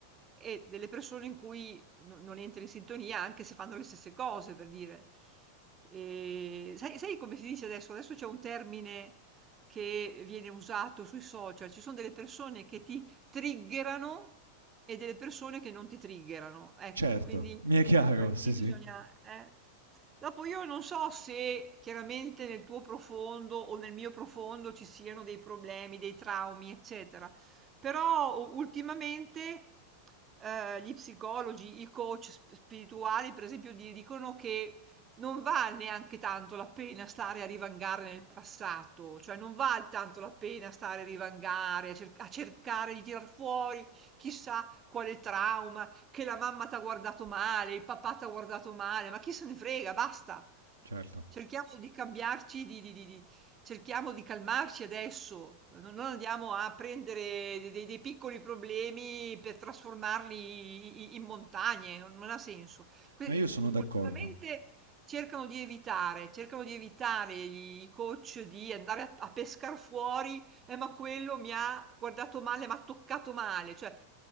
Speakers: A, on the right (about 25°); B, on the right (about 75°).
A: e delle persone in cui no- non entri in sintonia anche se fanno le stesse cose, per dire. E sai, sai come si dice adesso? Adesso c'è un termine che viene usato sui social. Ci sono delle persone che ti triggerano e delle persone che non ti triggerano. Ecco,
B: certo,
A: quindi
B: mi è chiaro,
A: anche
B: sì,
A: lì
B: sì,
A: bisogna... eh. Dopo io non so se chiaramente nel tuo profondo o nel mio profondo ci siano dei problemi, dei traumi, eccetera. Però u ultimamente, ehm, gli psicologi, i coach sp spirituali per esempio di dicono che non val neanche tanto la pena stare a divangare nel passato, cioè non val tanto la pena stare a divangare, a cerc a cercare di tirar fuori chissà quale trauma, che la mamma t'ha guardato male, il papà t'ha guardato male, ma chi se ne frega, basta.
B: certo.
A: Cerchiamo di cambiarci di di di di cerchiamo di calmarci adesso, no non andiamo a prendere de dei dei piccoli problemi per trasformarli i i in montagne, non non ha senso. Que
B: Ma
A: il
B: io sono
A: ultimamente
B: d'accordo.
A: cercano di evitare cercano di evitare i i coach di andare a a pescar fuori: "Eh, ma quello mi ha guardato male, m'ha toccato male", cioè